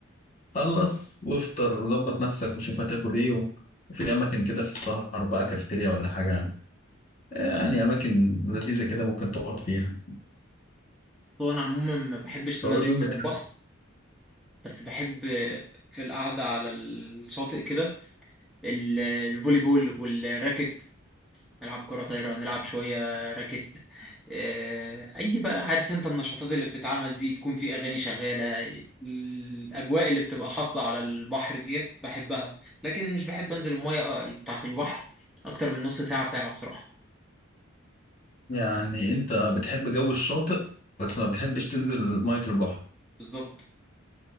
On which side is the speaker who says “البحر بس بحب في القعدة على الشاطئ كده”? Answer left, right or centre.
Centre